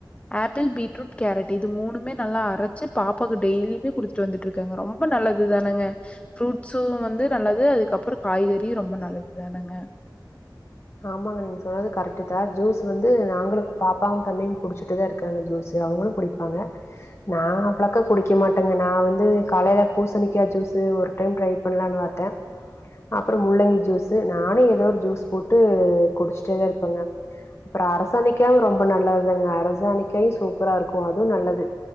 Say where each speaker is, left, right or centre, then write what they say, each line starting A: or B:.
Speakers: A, on the left; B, on the left.
A: ஆப்பிள் பீட்ருட் கேரட் இது மூன்மே நல்லா அரச்சு பாப்பாக்கு டெய்லியுமே குடுத்துட்டு வந்துட்டு இருக்கேங்க ரொம்ப நல்லது தானங்க ஃப்ரூட்ஸ்சு வந்து நல்லது அதுக்கப்ரோ காய்கறியு ரொம்ப நல்லதுதானுங்க
B: ஆமாங்க நீங்க சொல்றது கரெக்ட் தா ஜூஸ் வந்து நாங்களுக்கு பாப்பாவு தம்பியு குடிச்சுட்டுதா இருக்காங்க ஜூஸ்சு அவங்களு குடிப்பாங்க நா அப்ளக்கா குடிக்க மாட்டேங்க நா வந்து காலையில பூசணிக்கா ஜூஸ்சு ஒரு டைம் ட்ரை பண்ணலானு பாத்தே அப்புறோ முள்ளங்கி ஜூஸ்சு நானே ஏதோ ஒரு ஜூஸ் போட்டு குடிச்சிட்டேதா இருப்பங்க அப்புறோ அரசாணிக்காவு ரொம்ப நல்லதுதாங்க அரசாணிக்காயு சூப்பரா இருக்கு அதுவு நல்லது